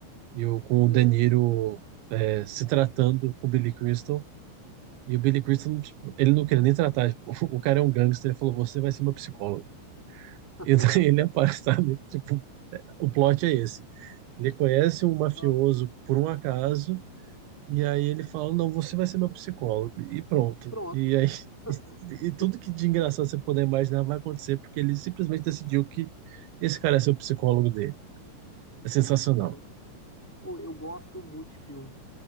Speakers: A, on the right (about 80°); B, in the centre.
A: e o, com
B: Sei.
A: o De Niro é, se tratando com o Billy Crystal, e o Billy Crystal, ele não queria nem tratar, tipo, <laughs> o cara é um gangster, ele falou, você vai ser uma psicóloga
B: <laughs>
A: E daí ele <laughs> aparece, sabe? Tipo, o plot é esse. Ele conhece um mafioso
B: Nossa.
A: por um acaso, e aí ele fala, não, você vai ser meu psicólogo. E pronto.
B: Pronto.
A: E aí
B: <laughs>
A: <laughs> e tudo que de engraçado você puder imaginar vai acontecer, porque ele simplesmente decidiu que esse cara é seu psicólogo dele. É sensacional.
B: Nossa, cara. Ô, eu gosto muito de filme.